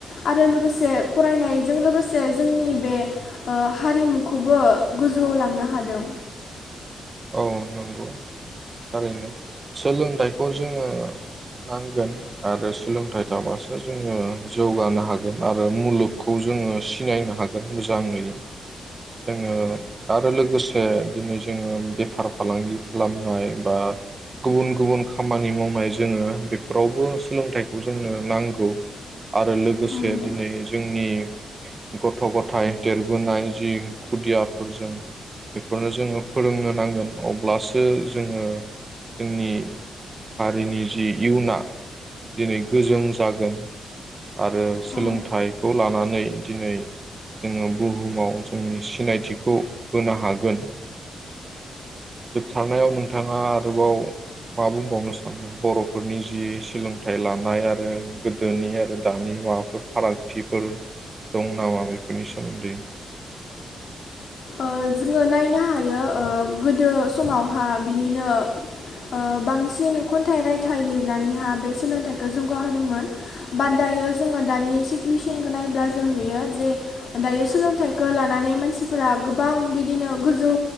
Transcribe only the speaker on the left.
आरो लोगोसे फरायनायजों लोगोसे जोंनि बे ओ हारिमुखौबो गोजौआव लांनो हादों।
उम
औ
ओ जोङो नायनो हायो ओ गोदो समावहा बिनिनो ओ बांसिन खन्थाइ रायथाइ लिरनानैहा बे सोलोंथाइखो जौगाहोदोंमोन बाट दायो जोङो दानि सिटुवेसनखौ नायला जों नुयो जे दायो सोलोंथाइखो लानानै मानसि फोरा गोबां बिदिनो गोजौ